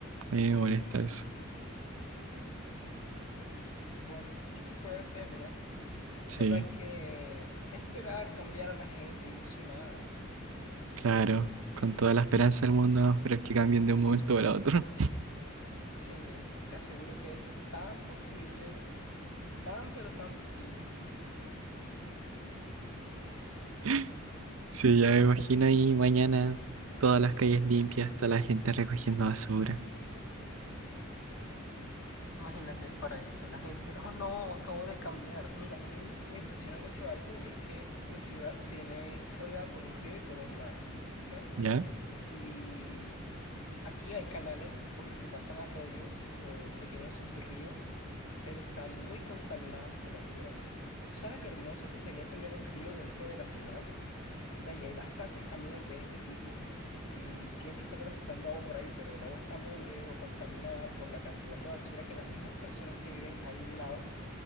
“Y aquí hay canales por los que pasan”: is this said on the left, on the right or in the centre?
Left